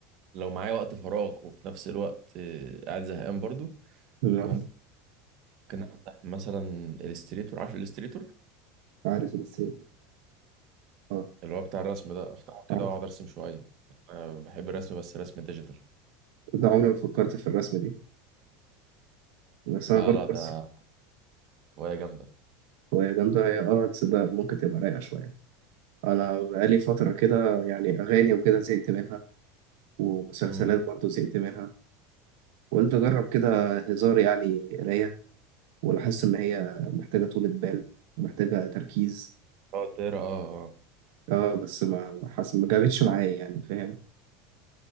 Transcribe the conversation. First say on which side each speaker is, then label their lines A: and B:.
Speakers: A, on the right; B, on the right.
A: لو معايا وقت فراغ وفي نفس الوقت إيه، قاعد زهقان برضو
B: لا،
A: ممكن افتح مثلا الستريتور عارف الستريتور
B: عارف الرسم آه
A: اللي هو بتاع الرسم ده افتحه كده
B: عارف
A: واقعد ارسم شويه انا بحب الرسم بس رسم ديجيتال
B: ده عمري ما فكرت في الرسم دي بس
A: لا
B: أنا برضه
A: لا ده
B: بس
A: هواية جامدة
B: هواية جامدة هي آه تصدق ممكن تبقى رايقة شوية أنا بقالي فترة كده يعني أغاني وكده زهقت منها ومسلسلات
A: امم
B: برضه زهقت منها وقلت أجرب كده هزار يعني قراية ولاحظت إن هي محتاجة طولة بال ومحتاجة تركيز
A: اه تقرا اه اه
B: اه بس ما ما حس ما جابتش معايا يعني فاهم